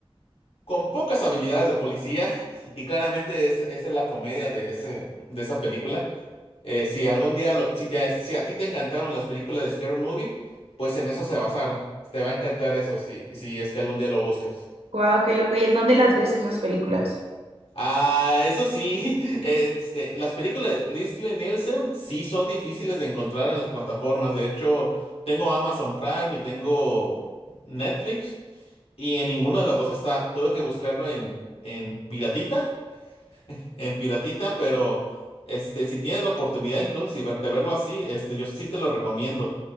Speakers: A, on the left; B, on the right.
A: con pocas habilidades de policía <laughs> y claramente es- esa es la comedia de ese, de esa película. Eh, si algún día, lo- si te, si a ti te encantaron las películas de Scary Movie, pues en eso se basaron. Te va a encantar eso si, si es que algún día lo buscas.
B: Guau, qué loco. ¿Y en dónde las ves esas películas?
A: Ah, eso sí, <laughs> este, las películas de Leslie Nielsen sí son difíciles de encontrar en las plataformas. De hecho, tengo Amazon Prime y tengo Netflix y en ninguna de las dos está. Tuve que buscarlo en, en Piratita en piratita, pero este, si tienes la oportunidad, incluso si ver- de verlo así, este, yo sí te lo recomiendo.